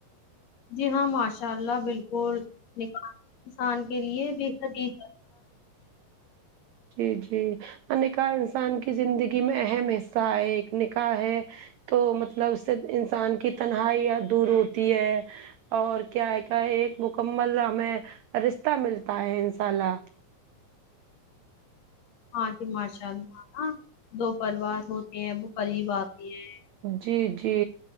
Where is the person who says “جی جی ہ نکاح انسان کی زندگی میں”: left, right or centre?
Right